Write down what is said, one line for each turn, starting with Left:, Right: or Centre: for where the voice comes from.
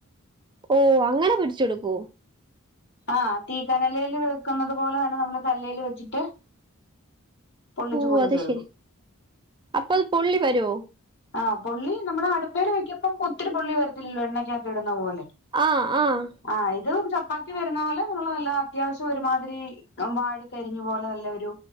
Right: ഓ അങ്ങനെ പിടിച്ചെടുക്കോ
Left: ആഹ് തീക്കനലെല് വെക്കുന്നത് പോലെ തന്നെ നമ്മള് കല്ലേല് വെച്ചിട്ട് പൊള്ളിച്ച്
Right: ഓ
Left: പൊള്ളിച്ചെടുക്കും
Right: അത് ശരി അപ്പൊ അത് പൊള്ളി വരോ
Left: ആഹ് പൊള്ളി നമ്മുടെ അടുപ്പേൽ വെക്കപ്പം ഒത്തിരി പൊള്ളി വരത്തില്ലല്ലോ എണ്ണക്കകത്ത് ഇടുന്ന പോലെ
Right: ആഹ് ആഹ്
Left: ആഹ് ഇത് ചപ്പാത്തി വരുന്ന പോലെ നമ്മൾ നല്ല അത്യാവശ്യം ഒരുമാതിരി വാടിക്കരിഞ്ഞു പോലെ നല്ലൊരു